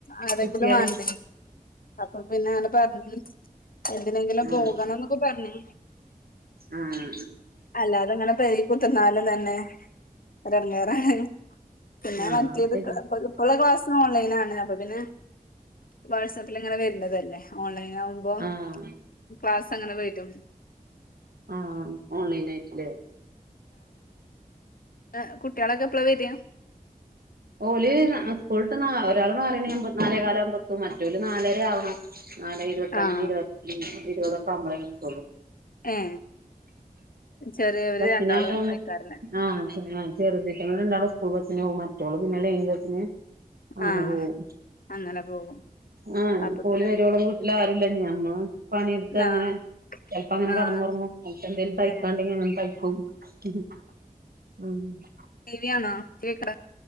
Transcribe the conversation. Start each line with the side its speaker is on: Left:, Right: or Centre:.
Left: ആരെങ്കിലും
Right: സത്യാണ്.
Left: വേണ്ടേ അപ്പൊ പിന്നെ ആണ് പറഞ്ഞ് എന്തിനെങ്കിലും
Right: ആഹ്
Left: പോകണംന്നൊക്കെ പറഞീന്ന്.
Right: ആഹ്
Left: അല്ലാതങ്ങനെ പേരേ കുത്തിരുന്നാലും തന്നെ, അതെടങ്ങേറാണ്. പിന്നെ
Right: ആഹ്
Left: മറ്റേത്
Right: ആഹ് ശരി
Left: ഇക്ക് ഇപ ഇപ്പള്ള ക്ലാസ് ഓൺലൈനാണ്. അപ്പൊ പിന്നെ, വാട്സാപ്പിൽ ഇങ്ങനെ വരുന്നതല്ലേ ഓൺലൈൻ ആകുമ്പോ
Right: ആഹ്
Left: ക്ലാസ് അങ്ങനെവെരും.
Right: ആ ഓൺലൈൻ ആയിറ്റ്ല്ലേ?
Left: ആഹ് കുട്ട്യാളൊക്കെ എപ്പളാ വെര
Right: ഓല് ന്നാ സ്ക്കുള്ട്ട് ന്നാ ഒരാള് നാലണിയാവുമ്പോ നാലേ കാലവുമ്പോത്തും മറ്റോരല് നാലര ആവണം നാലേ ഇരുപത്തഞ്ച്
Left: ആഹ്
Right: ഇരുപത്തോ മ്മ് ഇരുപതൊക്കെ ആവുമ്പോ എത്തൊള്ളൂ
Left: ഏ ചെറിയോർ
Right: ബസ്സിനായതോണ്ട്
Left: രണ്ടാളും ആയ്ക്കാരംലെ?
Right: ആഹ് ചെറുതീറ്റങ്ങൾ രണ്ടാളും സ്കൂൾ ബസ്സിനോകും മറ്റോൾ പിന്നെ ലൈൻ ബസ്സിന് അങ്ങനെ
Left: ആഹ്
Right: പോവും
Left: അങ്ങനെ പോകും
Right: ആ ഞ്ഞിപ്പോല്
Left: അപ്പൊ പിന്നെ
Right: വെരോളം വീട്ടിലാരുല്ലച്ച് ഞമ്മൾ പണിയെടുത്ത് അങ്ങനെ
Left: ആഹ്
Right: ചെല പ്പോ അങ്ങനെ
Left: ആഹ്
Right: കെടന്നുറങ്ങു ചെലപ്പോ എന്തെലും തയ്ക്കാണ്ടെങ്കിൽ
Left: ഏഹ്
Right: അങ്ങനെ ഉം ഹ്മ്മ് മ്മ്
Left: ടീവിയാണോ കേൾക്ണ്